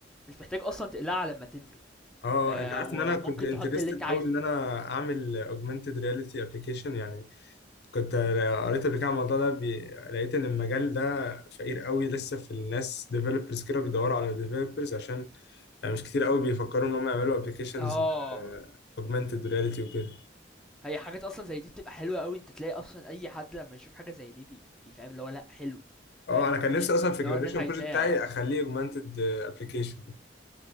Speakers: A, in the centre; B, on the left.
A: مش محتاج اصلا تقلعها لما تنزل
B: اه
A: آه
B: انت عارف
A: و-
B: ان انا كنت
A: وممكن
B: انترستد
A: تحط اللي انت عايزه
B: قوي ان انا اعمل اوجمانتد رياليتي ابلكيشن يعني كنت قريت قبل كده عن الموضوع ده بي... لقيت ان المجال ده فقير قوي لسه في الناس ديفلوبرز كده بيدوروا على ديفلوبرز عشان يعني مش كتير قوي بيفكروا ان هم يعملوا ابلكيشنز
A: اه
B: اوجمانتد رياليتي وكده
A: هي حاجات اصلا زي دي بتبقى حلوه قوي انت تلاقي اصلا اي حد لما يشوف حاجه زي دي بي- بيفهم اللي هو لا حلو
B: اه
A: يعني
B: انا كان نفسي
A: دي- دي
B: اصلا
A: اللي
B: في الجراديشن
A: هو الناس عايزاها
B: بروجكت بتاعي اخليه اوجمانتد ابلكيشن